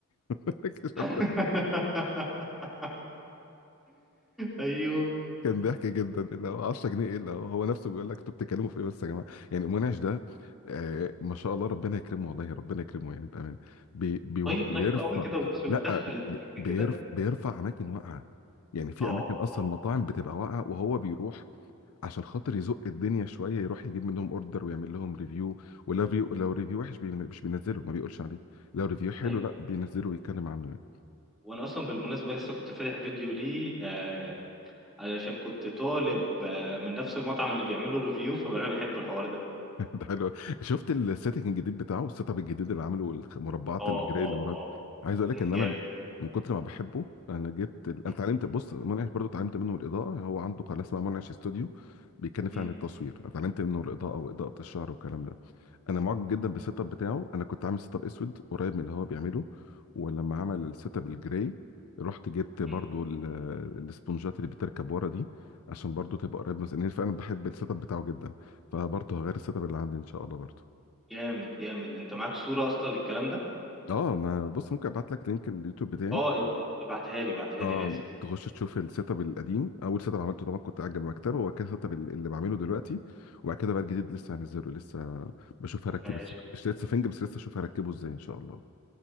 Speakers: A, on the left; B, in the centre.
A: <laughs>
B: <laughs> ايوه
A: كان ضحك جدا اللي هو 10 جنيه ايه اللي هو هو نفسه بيقول لك انتوا بتتكلموا في ايه بس يا جماعه يعني منعش ده آه ما شاء الله ربنا يكرمه والله ربنا يكرمه يعني بامانه بي بي
B: طيب
A: بيرفع
B: طيب قوي كده بص بتدخل
A: لا
B: الضحك
A: بي- بيرف
B: كده
A: بيرفع اماكن واقعه يعني في
B: اه
A: اماكن اصلا
B: اه
A: مطاعم بتبقى واقعه وهو بيروح عشان خاطر يزق الدنيا شويه يروح يجيب منهم اوردر ويعمل لهم ريفيو ولو ريفيو لو ريفيو وحش بين- مش بينزله ما بيقولش عليه لو ريفيو حلو
B: ايوه
A: لا بينزله ويتكلم عنه يعني.
B: وانا اصلا بالمناسبه لسه كنت فاتح فيديو ليه آه علشان كنت طالب آه من نفس المطعم اللي بيعملوا ريفيو فانا بحب الحوار ده
A: <laughs> ده حلو أوي. شفت السيتنج الجديد بتاعه السيت اب الجديد اللي عامله والمربعات
B: اه
A: الجراي
B: اه
A: اللي ورا
B: اه
A: عايز اقول لك
B: كان
A: ان
B: جامد
A: انا من كتر ما بحبه انا جبت ال... انا
B: م-
A: اتعلمت بص منعش برضو اتعلمت منه الاضاءه هو عنده قناه اسمها منعش استوديو بيتكلم فيها
B: م-
A: عن التصوير اتعلمت منه الاضاءه واضاءه الشعر والكلام ده انا معجب جدا بالسيت اب بتاعه انا كنت عامل سيت اب اسود قريب من اللي هو بيعمله ولما عمل السيت اب الجراي رحت جبت برضو
B: م.
A: ال- الاسبونجات اللي بتركب ورا دي عشان برضو تبقى قريب من لأن فعلا بحب السيت اب بتاعه جدا فبرضو هغير السيت اب اللي عندي ان شاء الله برضو
B: جامد جامد انت معاك صوره اصلا للكلام ده
A: اه ما بص ممكن ابعت لك لينك اليوتيوب بتاعي
B: اه اب- ابعتها لي ابعتها
A: اه
B: لي لازم
A: تخش تشوف السيت اب القديم اول سيت اب عملته طبعا كنت قاعد جنب المكتبه وبعد كده السيت اب اللي بعمله دلوقتي وبعد كده بقى الجديد لسه هنزله لسه بشوف هركب
B: ماشي
A: الس- اشتريت سفنج بس لسه اشوف هركبه ازاي ان شاء الله